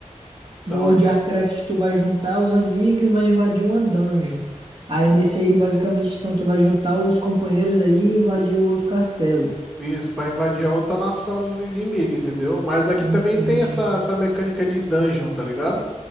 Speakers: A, on the right; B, in the centre.
A: no
B: Da
A: World
B: onde?
A: of Warcraft, tu vai juntar os amigos e vai invadir uma dungeon. Aí nesse aí, basicamente, então, tu vai juntar os companheiros aí e invadir o outro castelo.
B: Isso, para invadir a outra nação do inimigo, entendeu? Mas aqui
A: Entendi.
B: também tem essa, essa mecânica de dungeon, tá ligado?